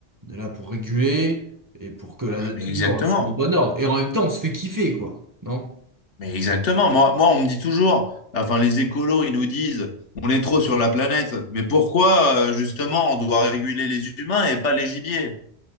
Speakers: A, on the right (about 20°); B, on the left (about 85°).
A: on est là pour réguler et pour que la
B: Ah,
A: nature
B: mais exactement.
A: soit en bon ordre. Et en même temps, on se fait kiffer, quoi, non?
B: Mais exactement, moi, moi, on me dit toujours, enfin les écolos, ils nous disent, on est trop sur la planète, mais pourquoi euh, justement on doit réguler les humains et pas les gibiers?